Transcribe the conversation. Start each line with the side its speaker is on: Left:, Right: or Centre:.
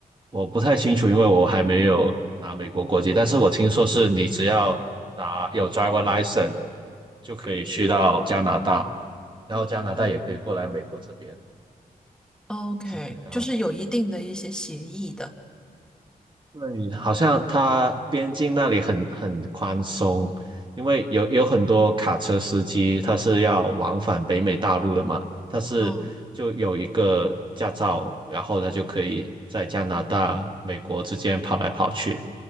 Right: 我不太清楚，因为我还没有拿美国国籍，但是我听说是你只要拿有 driver license 就可以去到加拿大，然后加拿大也可以过来美国这边，
Centre: ？OK，
Right: 是这样。
Centre: 就是有一定的一些协议的。
Right: 对，好像它边境那里很很宽松，因为有有很多卡车司机他是要往返北美大陆的嘛，他是就有一个驾照，
Centre: 嗯
Right: 然后他就可以在加拿大、美国之间跑来跑去。